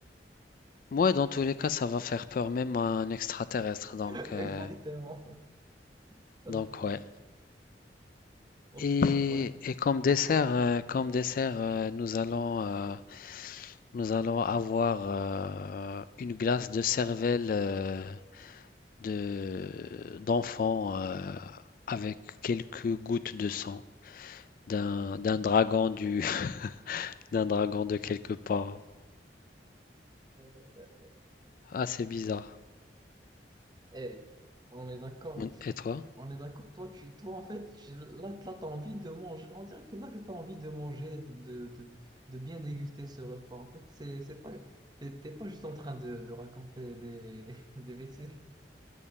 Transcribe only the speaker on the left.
Moi, dans tous les cas, ça va faire peur même à un extraterrestre, donc
euh,
donc
ouais.
Et,
et comme dessert, euh, comme dessert, euh, nous allons euh, nous allons avoir euh, une glace de cervelle. euh, de d'enfants euh, avec quelques gouttes de sang d'un d'un dragon du <laughs> d'un dragon de quelque part.
Ah, c'est bizarre.
Mm. Et toi?